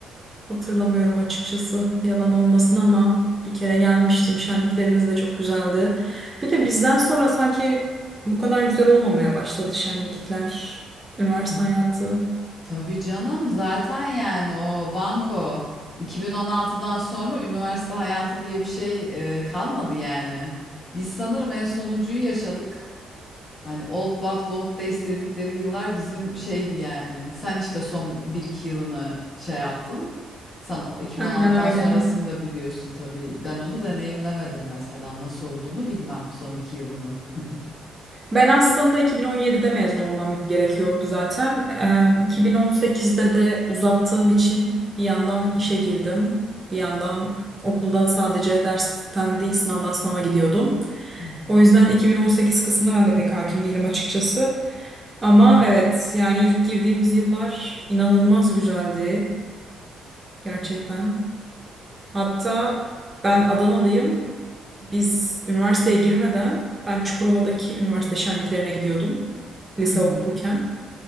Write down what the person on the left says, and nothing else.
Tab
tabii canım zaten yani o banko 2016'dan sonra üniversite hayatı diye bir şey e, kalmadı yani. Biz sanırım en sonuncuyu yaşadık. Hani Old But Gold Days dedikleri yıllar bizim şeydi yani. Sen işte son bir iki yılını şey yaptın. Sen o 2016'dan
sonrasını da biliyorsun tabii. Ben onu deneyimlemedim mesela. Nasıl olduğunu bilmem son 2 yılının. <laughs>
Hı hı.
Hı hı.